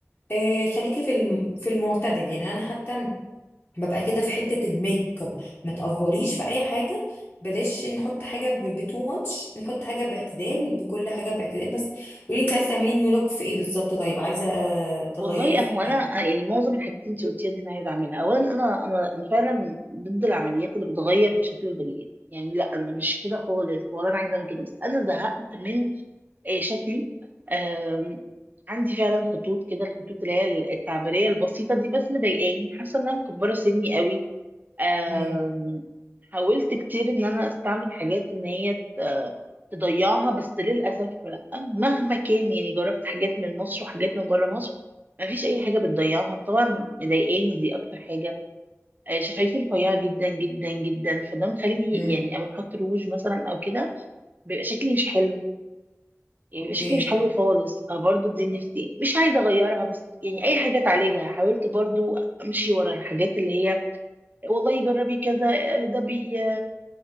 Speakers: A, on the left (about 35°); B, on the right (about 35°).
A: آه خليكي في الم... في المعتدل يعني انا حتى ببقى كده في حته الميك اب ما تافوريش في اي حاجه بلاش نحط حاجه بتو ماتش نحط حاجه باعتدال بكل حاجه باعتدال بس قولي انت عايزه تعملي نيو لوك في ايه بالظبط طيب عايزه تغيري
B: والله
A: في
B: هو انا
A: ايه
B: يعني معظم الحاجات اللي انت قلتيها دي انا عايزه اعملها اولا انا انا انا فعلا ضد العمليات اللي بتغير في شكل البني ادم يعني لا انا مش كده خالص ولا انا عايزه اعمل كده بس انا زهقت من آه، شكلي آم، عندي فعلا خطوط كده الخطوط اللي هي التعبيريه البسيطه دي بس مضايقاني حاسه ان انا مكبره سني قوي آم،
A: امم
B: حاولت كتير ان انا استعمل حاجات ان هي ت- تضيعها بس للاسف لا مهما كان يعني جربت حاجات من مصر وحاجات من بره مصر ما فيش اي حاجه بتضيعها طبعا مضايقاني دي اكتر حاجه آه، شفايفي رفيعه جدا جدا جدا فده مخلي
A: امم
B: يعني اما بحط روج مثلا او كده بيبقى شكلي مش حلو يعني
A: اوكي
B: بيبقى شكلي مش حلو خالص فبرضه دي نفسي مش عايزه اغيرها بس يعني اي حاجه تعالجها حاولت برضه امشي ورا الحاجات اللي هي والله جربي كذا ده بي